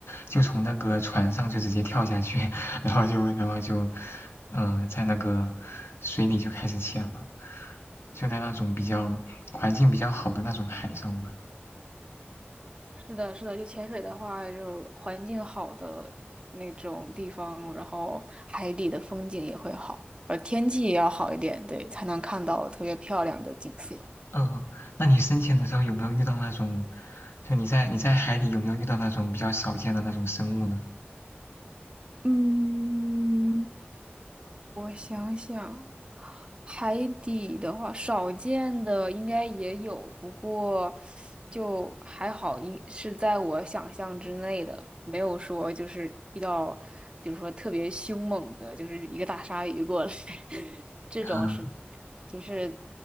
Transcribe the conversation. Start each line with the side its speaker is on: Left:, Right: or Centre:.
Left: 就从那个船上就直接跳下去，<laughs> 然后就然后就，嗯、呃在那个水里就开始潜了，就在那种比较环境比较好的那种海上嘛。
Right: 是的，是的，就潜水的话，就环境好的那种地方，然后海底的风景也会好，而天气也要好一点，对，才能看到特别漂亮的景色。
Left: 嗯，那你深潜的时候有没有遇到那种，就你在你在海底有没有遇到那种比较少见的那种生物呢？
Right: 嗯，我想想，海底的话，少见的应该也有，不过就还好，一是在我想象之内的，没有说就是遇到，比如说特别凶猛的，就是一个大鲨鱼过来，<laughs> 这种是，
Left: 嗯，
Right: 就是